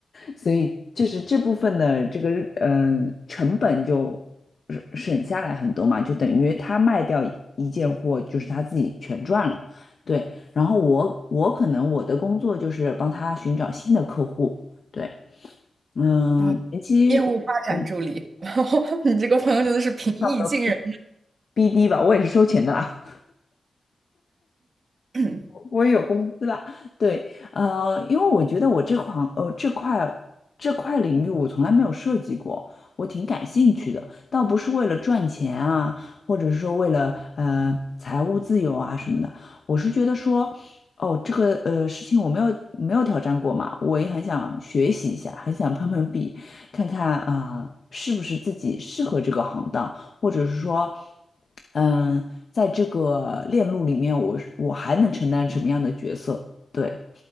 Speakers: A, on the left; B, on the right.
A: 所以就是这部分的这个嗯、呃成本就省省下来很多嘛，就等于他卖掉一一件货，就是他自己全赚了。对，然后我我可能我的工作就是帮他寻找新的客户。对，嗯，
B: 哦，
A: 前期我
B: 业务发展助理，<laughs> 你这个朋友真的是平易近人。
A: 差不多 BD 吧，我也是收钱的啦。
B: <clears throat>
A: 我也有工资啦，对，呃，因为我觉得我这款呃这块这块领域我从来没有涉及过，我挺感兴趣的，倒不是为了赚钱啊，或者是说为了呃财务自由啊什么的，我是觉得说，哦，这个呃事情我没有没有挑战过嘛，我也很想学习一下，很想碰碰壁，看看啊、是不是自己适合这个行当。或者是说，嗯，在这个链路里面，我是我还能承担什么样的角色？对，